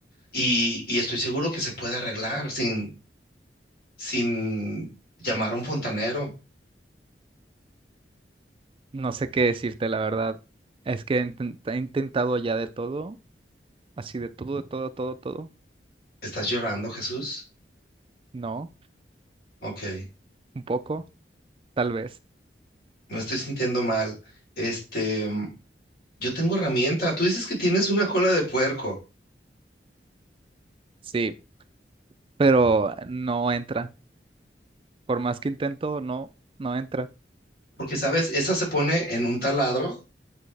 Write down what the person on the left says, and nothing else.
y, y estoy seguro que se puede arreglar sin, sin llamar a un fontanero.
¿Estás llorando, Jesús?
Ok,
me estoy sintiendo mal. Este, mm, yo tengo herramienta. Tú dices que tienes una cola de puerco,
porque sabes, esa se pone en un taladro